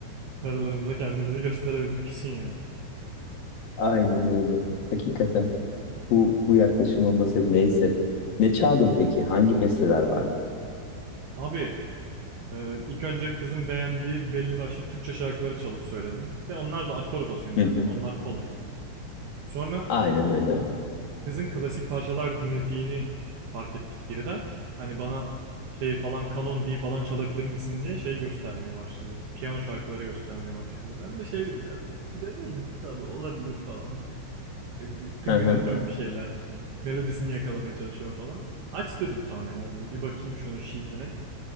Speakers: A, on the right; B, on the left.
A: karılarımıza kendimizi gösterebilmek için yani.
B: aynen öyle. Hakikaten bu bu yaklaşım olmasaydı neyse. Ne çaldın peki? Hangi besteler vardı?
A: Abi e, ilk önce kızın beğendiği belli başlı Türkçe şarkıları çalıp söyledim. De onlar da akor basıyorsun
B: Hı hı.
A: zaten onlar kolay. Sonra
B: Aynen öyle.
A: Kızın klasik parçalar dinlediğini fark ettik birden. Hani bana şey falan kanon D falan çalabilir misin diye şey göstermeye başladı. Piyano şarkıları göstermeye başladı. Ben de şey dedim ya denerim tabii olabilir falan. E, Tıngırdatıyorum
B: Hı hı.
A: bir şeyler. Melodisini yakalamaya çalışıyorum falan. Aç dedim sonra ya dedim bir bakayım şunun sheetine.